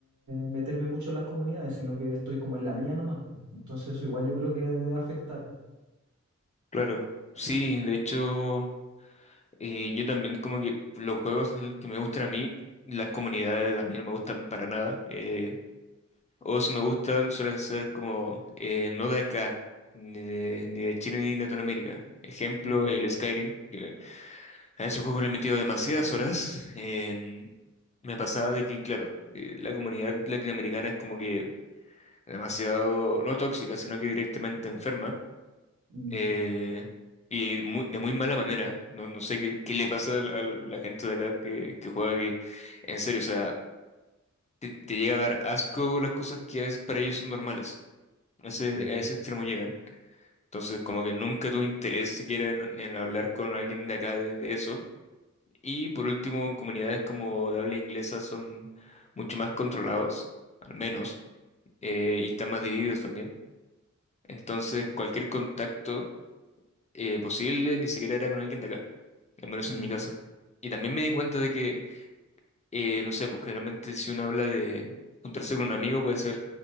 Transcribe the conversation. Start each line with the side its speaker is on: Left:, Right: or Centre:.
Right: meterme mucho en las comunidades, sino que estoy como en la mía nomás. pues. Entonces eso igual yo creo que debe afectar.
Left: claro. Sí, de hecho, eh, yo también como que los juegos el que me gustan a mí, las comunidades a mí no me gustan para nada. eh, o si me gustan suelen ser como eh, no de acá, ni de, ni de Chile ni Latinoamérica. Ejemplo,
Right: Mm,
Left: el Skyrim, que A ese juego le he metido demasiadas horas. em, me pasaba de que, claro, eh, la comunidad latinoamericana es como que demasiado, no tóxica, sino que directamente enferma.
Right: mm,
Left: eh, y mu- de muy mala manera. No, no sé qué, qué le pasa al- a la gente de acá que, que juega que, en serio, o sea, te, te llega a dar asco las cosas que a veces para ellos son normales. A ese,
Right: sí.
Left: a ese extremo llegan. Entonces, como que nunca tuve interés siquiera en, en hablar con alguien de acá de de eso. Y por último, en comunidades como de habla inglesa son mucho más controlados, al menos, eh, y están más divididos también. Entonces, cualquier contacto eh, posible ni siquiera era con alguien de acá, al menos
Right: mm.
Left: en mi caso. Y también me di cuenta de que, eh, no sé, pues generalmente si uno habla de juntarse con un amigo puede ser,